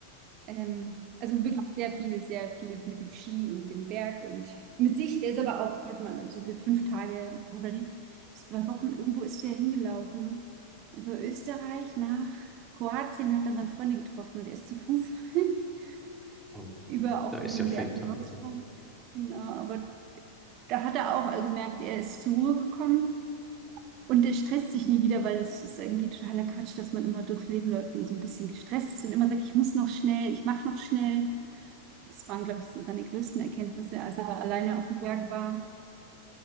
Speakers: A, on the right; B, in the centre.
A: ähm, also wirklich sehr viel, sehr viel mit dem Ski und dem Berg und mit sich. Der ist aber auch, hat man so die fünf Tage oder die zwei Wochen irgendwo ist der hingelaufen über Österreich nach Kroatien, hat dann dann Freunde getroffen und er ist zu Fuß. <laughs>
B: Oh,
A: über auch
B: da ist
A: irgendeinen
B: ja fett.
A: Berg in Deutschland. Genau, aber da hat er auch gemerkt, er ist zur Ruhe gekommen und er stresst sich nie wieder, weil es ist irgendwie totaler Quatsch, dass man immer durchs Leben läuft und so ein bisschen gestresst ist und immer sagt, ich muss noch schnell, ich mache noch schnell. Das waren, glaube ich, so seine größten Erkenntnisse, als er da alleine auf dem Berg war.